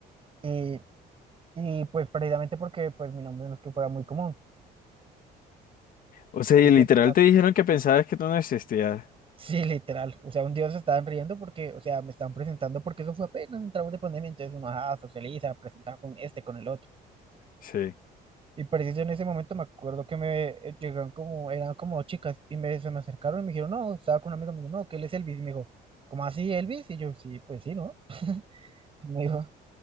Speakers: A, on the right; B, on the left.
A: y, y pues precisamente porque pues mi nombre no es que fuera muy común.
B: O sea, y
A: Entonces,
B: literal
A: yo-
B: te dijeron que pensabas que tú no existías.
A: <laughs> sí, literal, o sea, un día se estaban riendo porque, o sea, me estaban presentando porque eso fue apenas entramos de pandemia, entonces uno, ajá, socializa, presenta con este, con el otro.
B: Sí.
A: Y preciso en ese momento me acuerdo que me eh, llegaron como, eran como dos chicas y me, se me acercaron y me dijeron, no, estaba con un amigo, me dijo, no, que él es Elvis, y me dijo, ¿cómo así Elvis? Y yo, sí, pues sí, ¿no? <laughs> Me dijo,